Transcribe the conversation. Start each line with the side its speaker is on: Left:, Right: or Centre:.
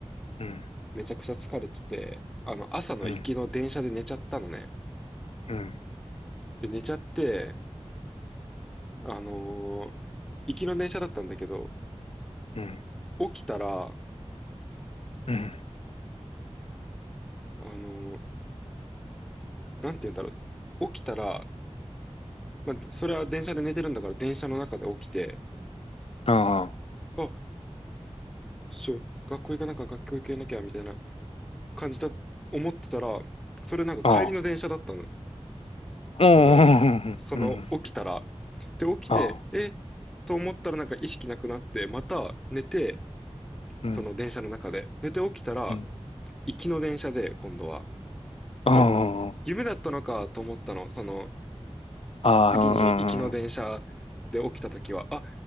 Left: うん。
Centre: めちゃくちゃ疲れてて、あの、朝の行きの電車で寝ちゃったのね。
Left: うん。う
Centre: で、寝ちゃって、あのー行きの電車だったんだけど、
Left: ん。
Centre: 起きたら、
Left: うん。
Centre: あのーなんて言うんだろう。起きたら、まあ、それは電車で寝てるんだから電車の中で起きて、
Left: あ
Centre: あ、しょ、学校行かなきゃ、学校行けなきゃ、みたいな感じだ、思ってたら、それなんか帰りの電車だったの。
Left: あ。ああ。うん。
Centre: その、その起きたら。
Left: うん。
Centre: で、起きて、
Left: ああ。
Centre: えと思ったらなんか意識なくなって、また寝て、
Left: うん。
Centre: その電車の中で。寝て起きたら、
Left: うん。
Centre: 行きの電車で、今度は。
Left: あ
Centre: あ、夢だったのかと思ったの。その、
Left: あ。ああ。
Centre: 次に行きの電車で起きた時は、
Left: うん。
Centre: あ、